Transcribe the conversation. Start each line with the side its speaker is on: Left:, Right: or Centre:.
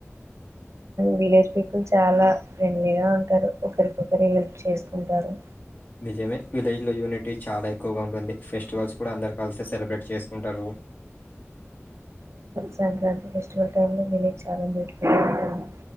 Right: విలేజ్ ప చాలా ఫ్రెండ్లీగా ఉంటారు ఒకరికొకరు హెల్ప్ చేసుకుంటారు
Left: నిజమే విలేజ్ లో యూనిటీ చాలా ఎక్కువగా ఉంటుంది ఫెస్టివల్స్ కూడా అందరు కలిసి సెలబ్రేట్ చేసుకుంటారు
Right: సంక్రాంతి ఫెస్టివల్ టై లో వలేజ్ చాలా బ్యూటిఫుల్గా ఉంటుంది